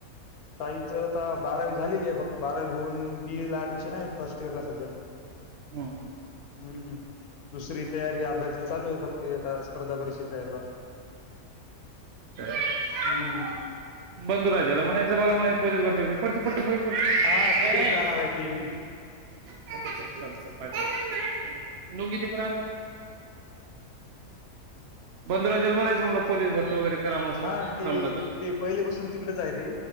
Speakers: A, on the left (about 80°); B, on the right (about 60°).
A: ताईचं आता बारावी झालेली आहे फक्त बारावी होऊन बीएला ऍडमिशन आहे फर्स्ट इयर ला सध्या.
B: हम्म हम्म
A: हम्म दुसरी तयारी अभ्यास- चालू आहे फक्त ते आता स्पर्धा परीक्षेच्या याचा-
B: <unintelligible>
A: हम्म
B: बंधु राजेना म्हणायाच बघा म्हना पोलीस भरती वगैरे <unintelligible>
A: हा
B: ये
A: तिकडेच जाणार आहे ते बी
B: चाल चाल पाहिजे लोंगी दे बर अण मला पंधरा जेल म्हणायच मला पोलीस भरती वगैरे. करा मस्त
A: हा ते
B: जमलं तर.
A: ते पहिलेपासून तिकडेच आहे ते